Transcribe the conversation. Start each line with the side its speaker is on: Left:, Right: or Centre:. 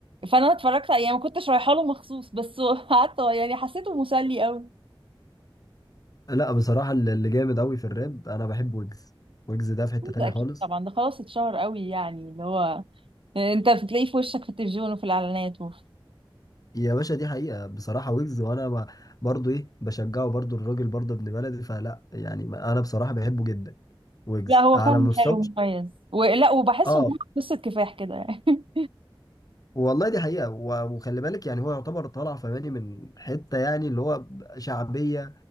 Right: فانا اتفرجت يعني ما كنتش رايحه له مخصوص بس <laughs> قعدت يعني حسيته مسلي قوي
Left: لا بصراحة اللي اللي جامد قوي في الراب انا بحب ويجز ويجز ده في حتة تانية
Right: ده اكيد
Left: خالص
Right: طبعا ده خلاص اتشهر قوي يعني اللي هو انت بتلاقيه في وشك في التلفزيون وفي الاعلانات وفي...
Left: يا باشا دي حقيقة بصراحة ويجز وانا ما- برضو ايه بشجعه برضو الراجل برضو ابن بلدي فلا يعني ما- انا بصراحة بحبه جدا ويجز
Right: لا هو
Left: على
Right: فعلا
Left: مستوى
Right: حلو ومميز ولا وبحسه
Left: اه
Right: ان هو قصه كفاح كده يعني <laughs>
Left: والله دي حقيقة و- وخلي بالك يعني هو يعتبر طالع فماني من حتة يعني اللي هو شعبية